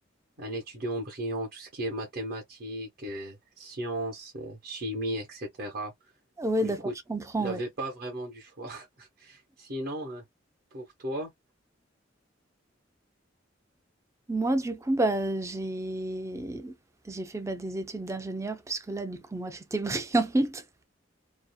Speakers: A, on the right; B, on the right.
A: un étudiant brillant, tout ce qui est mathématiques, euh, sciences, euh, chimie, etc.
B: Ouais,
A: Du
B: d'accord,
A: coup,
B: je comprends,
A: j'avais
B: ouais.
A: pas vraiment du choix. <laughs> Sinon, euh, pour toi,
B: Moi, du coup, bah, j'ai j'ai fait bah, des études d'ingénieur, puisque là, du coup, moi, j'étais <laughs> brillante.